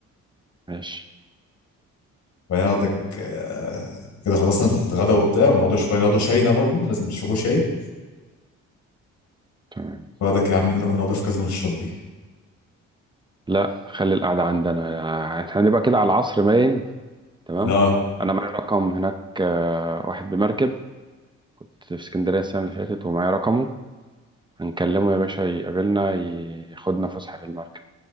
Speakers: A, on the right; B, on the left.
A: ماشي
B: وبعدين هاخدك آه، كده خلصنا الغدا وبتاع ونقعد شويه نقعد شاينا برضه لازم نشربوا شاي
A: تمام
B: واخدك يا عم نروح نقعد في كازينو الشاطبي
A: لا خلي القعدة عندنا يعني احنا هنبقى كده على العصر باين تمام
B: اه
A: انا معايا رقم هناك آه، واحد بمركب كنت في اسكندرية السنة اللي فاتت ومعايا رقمه هنكلمه يا باشا يقابلنا ي- ياخدنا فسحة في المركب